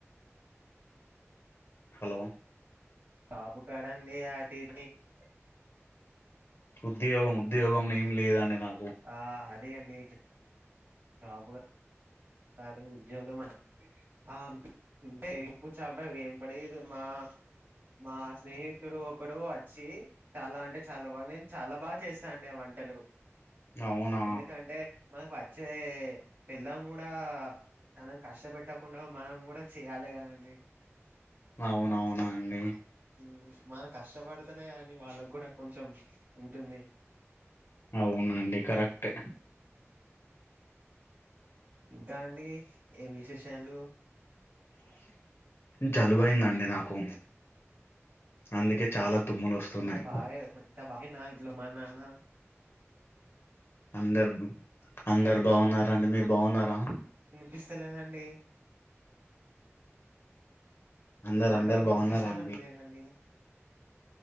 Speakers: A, on the left (about 60°); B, on the right (about 55°).
A: హలో
B: జాబు కదా అండి ఆ తీస్ని <unintelligible>
A: ఉద్యోగం ఉద్యోగం ఏం లేదండి నాక్
B: అ అది అండి జెప్ రాపుగ తత ఉద్యోగం అని అంటే ఇప్పుడు చపడం ఏం పడదు మా <unintelligible> మా స్నేహితుడు ఒకడు వచ్చి చాలా అంటే చాలా బాగు నేను చాలా బాగా చేస్తా అండి వం టలు
A: అవునా
B: ఎందుకంటే మనకు వచ్చే పెళ్ళాం గుడ్ డా తనని కష్ట పెట్టకుండా మనం కూడా చేయాలి గదండి
A: అవునవున అండి
B: హ్మ్ మనం కష్టపడతేనే కదండి వాళ్ళగ్ గూడా కొంచెం ఉంటుంది
A: అవునండి కరెక్టే
B: ఇంక అండి ఏమ్ విశేషాలు
A: జలుబు అయింది అండి నాకు అందుకే చాలా తుమ్ములు వస్తున్నాయి
B: అంత బాగే అంత బాగేనా ఇంట్లో మా నాన్న
A: అందరు అందరు బావున్నారా అండి మీరు బాగున్నారా
B: పిస్తలేదండి
A: అందరు
B: మీ మాటలు
A: అందరు
B: వినిపిస్తాడం
A: బాగున్నారా అండి
B: లేదండి